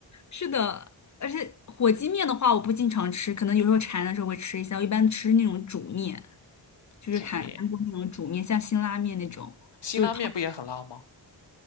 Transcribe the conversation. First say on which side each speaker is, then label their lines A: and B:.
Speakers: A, on the left (about 40°); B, on the left (about 65°).
A: 是的。而且火鸡面的话，我不经常吃，可能有时候馋的时候会吃一下，我一般吃那种煮面，就是韩韩国那种煮面，
B: 煮面。
A: 像辛拉面那种。
B: 辛拉面不也很辣吗？
A: 就是汤。